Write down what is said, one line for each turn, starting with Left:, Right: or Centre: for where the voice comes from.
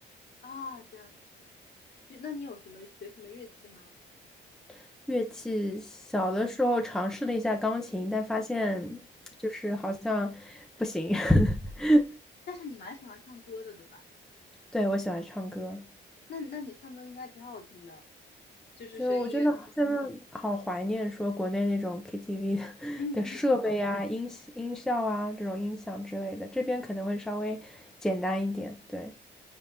Left: 啊，这样，就那你有什么学什么乐器吗？
Centre: <laughs> 乐器。小的时候尝试了一下钢琴，但发现就是好像不行。
Left: 嗯，
Centre: <laughs>
Left: 但是你蛮喜欢唱歌的，对吧？
Centre: 对，我喜欢唱歌。
Left: 那那你唱歌应该挺好听的，就是声音乐，
Centre: 对，我真的真的好怀念说国内那种 KTV <laughs>
Left: <laughs> 嗯，
Centre: 的设备啊、音音效啊、这种音响之类的，这边可能会稍微简单一点。对，